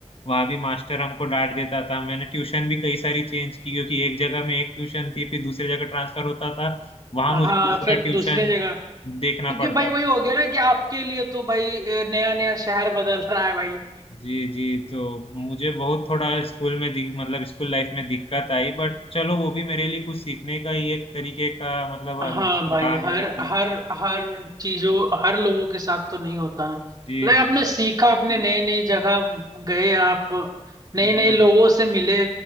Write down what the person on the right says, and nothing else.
हाँ
फिर
दूसरे जगह
क्योंकि
भाई वही
हो गया ना कि आपके लिए तो भाई नया नया शहर बदल रहा है भाई
हाँ
भाई
हर
हर हर चीजों हर लोगों के साथ तो नहीं होता ना
लाइक
आपने सीखा आपने नई नई जगह गए आप नए नए
लोगों से मिले